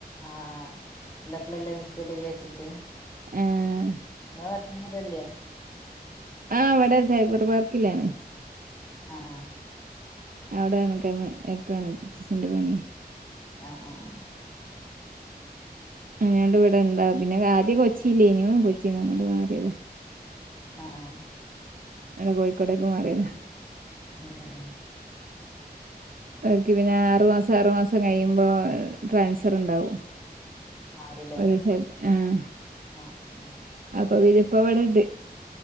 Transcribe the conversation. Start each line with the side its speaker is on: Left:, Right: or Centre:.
Left: ആഹ് ആഹ് ഇള്ളപ്പളല്ലേ നിക്കാെള്ളൂയാര്ച്ച്ട്ട്
Right: ഏഹ്
Left: ഇങ്ങെളെ ഭർത്താവ് ഇവെടെല്ല്യേ
Right: ആഹ് വെടെ സൈബർ പാർക്കിലാണ്
Left: ആഹ് ആഹ്
Right: അവ്ടേണ്ക്ക <unintelligible> എപ്പഴാണ് <unintelligible> ർസ്ന്റെ പണിയേ
Left: ആഹ് ആഹ് ആഹ്
Right: അങ്ങേണ്ട് വെടെ ഇണ്ടാവും പിന്നെ ആദ്യം കൊച്ചില്ലേനു കൊച്ചീന്ന് ഇങ്ങോട്ട് മാറ്യേതാ
Left: അഹ് ആഹ്
Right: ഇവെടെ കോഴിക്കോട്ടേക്ക് മാറിയെതാ
Left: എഹ് എഹ് എഹ്
Right: അവർക്ക് പിന്നെ ആറുമാസം ആറുമാസം കഴിയുമ്പോ ട്രാൻസ്ഫെർണ്ടാവു
Left: മാറൂല്ലേ
Right: ഒരു ചെ ആഹ്
Left: ആഹ് ഉം
Right: അപ്പൊ പിന്നെ ഇപ്പവെടെണ്ട്